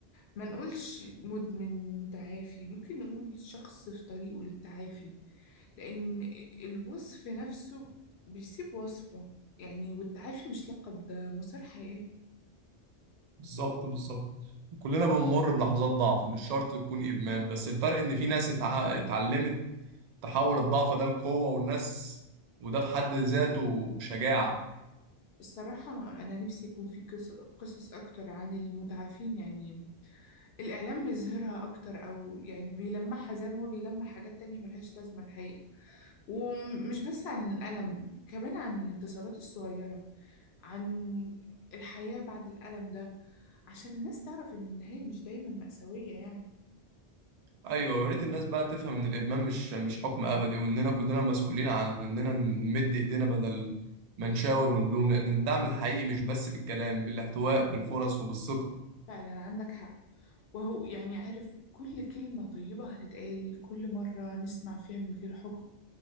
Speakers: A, on the left (about 70°); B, on the right (about 55°).
A: ما نقولش مدمن متعافي ممكن نقول شخص في طريقه للتعافي لأن الوصف نفسه بيسيب وصمه يعني والتعافي مش لقب ده مسار حياة
B: بالظبط بالظبط كلنا بنمر بلحظات ضعف مش شرط تكون إدمان بس الفرق إن في ناس اتع- اتعلمت تحول الضعف ده لقوة والناس وده في حد ذاته شجاعة
A: الصراحة أنا نفسي يكون في قص- قصص أكتر عن المتعافين يعني الإعلام بيظهرها أكتر أو يعني بيلمحها زي ما هو بيلمح حاجات تانية ملهاش لازمة الحقيقة ومش بس عن الألم كمان عن الانتصارات الصغيرة عن الحياة بعد الألم ده عشان الناس تعرف إن النهاية مش دايما مأساوية يعني
B: ايوه يا ريت الناس بقى تفهم ان الادمان مش مش حكم ابدي واننا كلنا مسؤولين عن اننا نمد ايدينا بدل ما نشاور ونلوم لان الدعم الحقيقي مش بس بالكلام بالاحتواء بالفرص وبالثقه
A: فعلا عندك حق وهو يعني عارف كل كلمة طيبة هتتقال كل مرة نسمع فيها من غير حكم